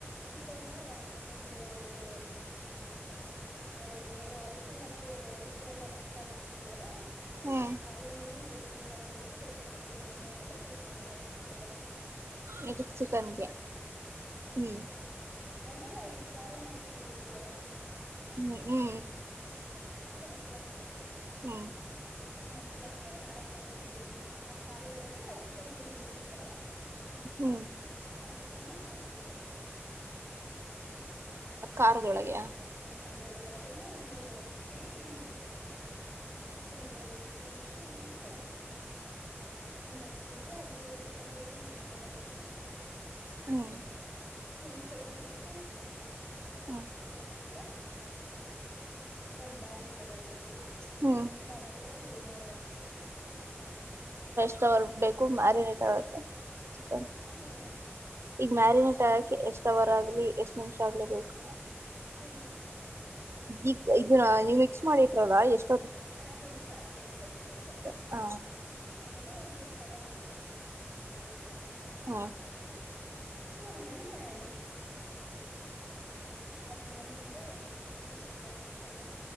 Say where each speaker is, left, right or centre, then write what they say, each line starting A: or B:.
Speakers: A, on the left; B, on the right.
A: ಚಿಕನ್ನ ಒಂದು ಇದು ಅದನ್ನ ಏನೊ ಅರಶ್ಣ ಮತ್ತೆ ಉಪ್ಪು ಎಲ್ಲ ಮಿಕ್ಸ್ ಮಾಡಿಟ್ಟಿರ್ತೀವಲ್ಲಾ.
B: ಹ್ಮ್
A: ಅದುನ್ ಇನ್ನೊಂದ್ ಬೆಯ್ಸ್ ಇನ್ಗ್ ಹಾಕೋಬೇಕು ಬೇ ಬೇಸನ್ಗ ಹಾಕೊಂಡು ಸ್ವಲ್ಪ ಎಣ್ಣೆ ಹಚ್ಬೇಕು ಅದುಕ್ಕೆ.
B: ಯದುಕ್ ಚಿಕನ್ಗೆ ಹ್ಮ್.
A: ಏ ಇಲ್ ಖಾರ ಮಾಡಿಟ್ಕೊಂಡಿರ್ತೀವಲ್ಲಾ.
B: ಹ್ಮ್ ಹ್ಮ.
A: ತೊ ಹಸ್ರ್ ಹಾಕ್ಬೇಕು.
B: ಹ್ಮ್
A: ಮೊಸ್ರ್ ಹಾಕಿ ಆ ಖಾರ ಕಲ್ಸಿ ಆ ಖಾರದೊಳಗೆ ಆ ಚಿಕನ್ ಏನ್ ಇರುತ್ತಲ್ಲ.
B: ಹ್ಮ್
A: ಚಿಕನ್ನ ಹಾಕ್ಬೇಕು.
B: ಖಾರ್ರ್ದೊಳಗೆ ಹ.
A: ಖಾರ್ರ್ದೊಳಗೆ ಅದನ್ನ ಒಂದು ಹ್ಮ್ ಹ್ಮ್. ಒಂದು ಎಷ್ಟ್ ನಿಮ್ಷ ಅಂದ್ರೆ ಒಂದ್ ಹತ್ ನಿಮ್ಷ ಹಂಗೆ ಅದೆಲ್ಲ ನೆನ್ತ್ಕೊಳಕೆ ಬಿಡ್ಬೇಕ್.
B: ಹ್ಮ್
A: ನಿನ್ತ್ಕಳೊಕ್ ಬಿಟ್
B: ಹ್ಮ್
A: ಅದನ್ ಮೇಲೆ ಒಂದು ಬಾಣಲೀ ತಗೊಂಡಬೇಕು
B: ಹ್ಮ್
A: ಬಾಣಲಿ ತಗೊಂಡ್ ಎಣ್ಣೆ
B: ಸವರ್ ಬೇಕು <unintelligible> ಚಿಕನ್
A: ಹಾ ಏನು.
B: ಈಗ ಮ್ಯಾರಿನೇಟ್ ಆಗಕ್ಕೆ ಎಷ್ಟ ಅವರ ಆಗ್ಲಿ ಎಷ್ಟ್ ನಿಮಿಷ ಆಗ್ಲಿ ಬೇಕು
A: <unintelligible>
B: ಈ ಇದ ನೀವು ಮಿಕ್ಸ್ ಮಾಡಿಟ್ರಲ್ಲ ಎಷ್ಟ
A: ಹತ್ ನಿಮಿಷ ಹತ್ತು ನಿಮಿಷ ಬಿಡ್ಬೇಕು
B: ಅಷ್ಟೆ ಹ
A: ಆಮೇಲೆ ಒಂದು ಕಬಾಬ್ <unintelligible>
B: ಹಾ
A: ಆಮೇಲೆ <unintelligible> ಅದು ಒಂದೊಂದೇ ಒಂದು ಚಿಕನ್